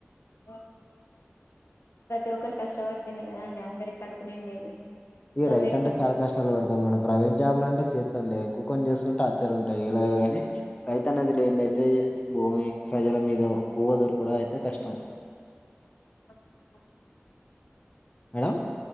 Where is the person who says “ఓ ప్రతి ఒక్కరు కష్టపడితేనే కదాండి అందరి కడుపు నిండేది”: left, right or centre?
Left